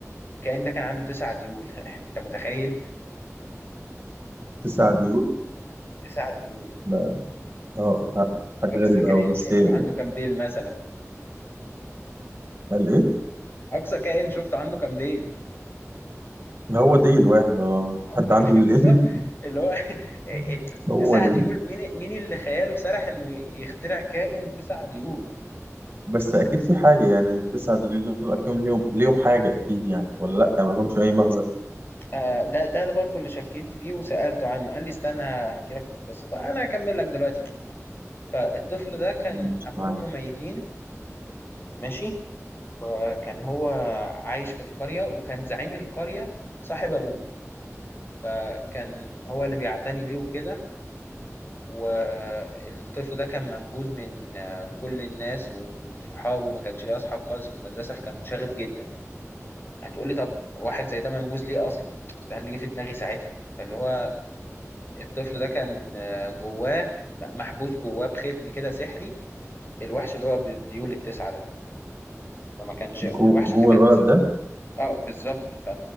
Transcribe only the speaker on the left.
الكائن ده كان عنده تسع ديول <laughs> أنت متخيل
تسع ديول
اقصى
كائن
شفته
عنده كام ديل مثلا
اقصى كائن شفته عنده كام ديل
<laughs>
بالظبط اللي هو <laughs>
تسع
ديول مين مين اللي خياله سرح انه يخترع كائن تسع ديول
آه ده ده ده برضو اللي شكيت فيه وسألته عنه قال لي استنى هحكي لك في القصة فانا هكمل لك دلوقتي بقى فالطفل ده كان
ابوه
وامه ميتين ماشي آه، كان هو عايش في القرية وكان زعيم القرية صاحب ابوه فكان هو اللي بيعتني بيه وكده والطفل ده كان منبوذ من آه، كل الناس ومن صحابه ما كانش ليه اصحاب خالص في المدرسه فكان مشاغب جدا هتقولي طب واحد زي ده منبوذ ليه اصلا ده اللي جه في دماغي ساعتها فاللي هو الطفل ده كان آه، جواه م- محبوس جواه بختم كده سحري الوحش اللي هو بالديول التسعه ده فما كانش والوحش
ده
كان
اه بالظبط ف